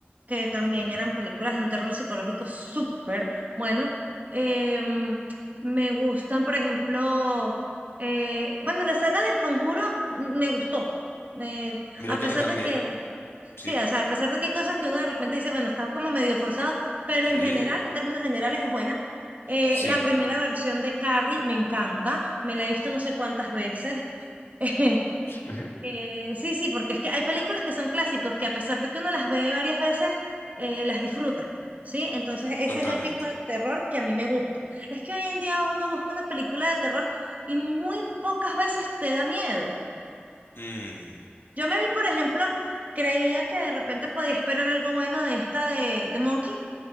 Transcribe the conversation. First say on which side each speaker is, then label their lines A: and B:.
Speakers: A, on the right; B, on the left.
A: que
B: Ajá.
A: también eran películas de un terror psicológico súper bueno. Em, me gustan, por ejemplo, eh, bueno, la saga del Conjuro mm, me gustó. Eh,
B: Mira
A: a
B: que
A: pesar
B: a mí también.
A: de que
B: Sí,
A: Sí, o sea, a pesar de que hay cosas que uno de repente dice, bueno, está como medio forzado, pero
B: sí,
A: en general, en términos generales, es buena. Eh,
B: sí,
A: la primera versión de Carrie me encanta, me la he visto no sé cuántas veces. <laughs>
B: <laughs>
A: Eh, sí, sí, porque es que hay películas que son clásicos que a pesar de que uno las ve varias veces, eh, las disfruta, ¿sí? Entonces ese
B: totalmente.
A: es el tipo de terror que a mí me gusta. Es que hoy en día uno busca una película de terror y muy pocas veces te da miedo.
B: Mm.
A: Yo me vi, por ejemplo, creía que de repente podía esperar algo bueno de esta de, de Monkey,